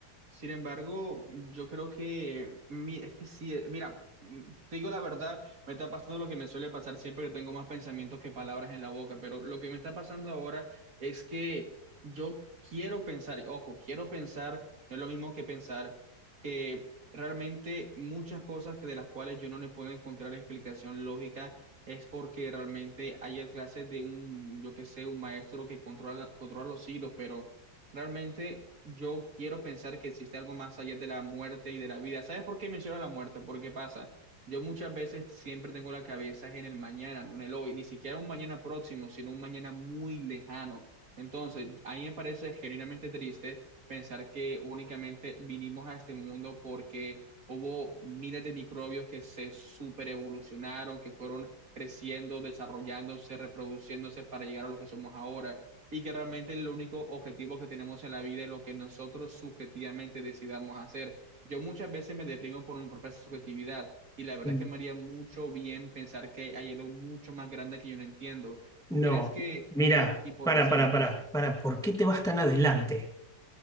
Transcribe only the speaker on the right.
Sin embargo, yo creo que, mi- es que sí, eh, mira, mm, te digo la verdad, me está pasando lo que me suele pasar siempre que tengo más pensamientos que palabras en la boca, pero lo que me está pasando ahora es que yo quiero pensar, y ojo, quiero pensar, no es lo mismo que pensar, que realmente muchas cosas que de las cuales yo no le puedo encontrar explicación lógica es porque realmente hay clases de un, yo qué sé, un maestro que controla, controla los hilos, pero... Realmente yo quiero pensar que existe algo más allá de la muerte y de la vida. ¿Sabes por qué menciono la muerte? ¿Por qué pasa? Yo muchas veces siempre tengo la cabeza en el mañana, no en el hoy, ni siquiera un mañana próximo, sino un mañana muy lejano. Entonces, a mí me parece genuinamente triste pensar que únicamente vinimos a este mundo porque hubo miles de microbios que se superevolucionaron, que fueron creciendo, desarrollándose, reproduciéndose para llegar a lo que somos ahora y que realmente el único objetivo que tenemos en la vida es lo que nosotros subjetivamente decidamos hacer. Yo muchas veces me deprimo por mi propia subjetividad y la verdad
es que me haría mucho bien pensar que hay algo mucho más grande que yo no entiendo.
¿Tú crees que
estamos aquí porque
sí
o
qué?